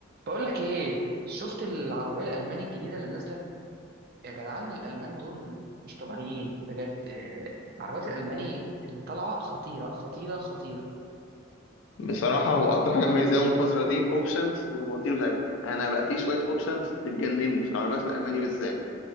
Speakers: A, on the right (about 50°); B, on the left (about 70°).
A: بقول لك ايه شفت العربيه الالماني الجديده اللي نازله يا جدعان الالمان دول مش طبيعيين بجد آه، عربيات الالماني اللي طالعه خطيره خطيره خطيره
B: بصراحة هو أكتر حاجة مميزاهم الفترة دي الأوبشنز والمواتير بتاعتهم أنا بقى في شوية أوبشنز بتجنني في العربيات الألماني بالذات